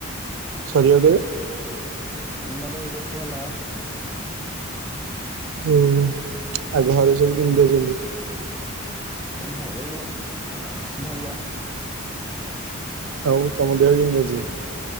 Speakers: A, on the right; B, in the centre.
A: ସରିବ କେବେ?
B: ଆମର ଏଇ ବର୍ଷ ପା ଲାଷ୍ଟ।
A: ଓ ଆଉ ଘରେ ସବୁ କେମିତି ଅଛନ୍ତି?
B: ଘରେ ଭ ଭଲ।
A: ଆଉ ତମ ଦେହ ବି କେମିତି ଅଛି?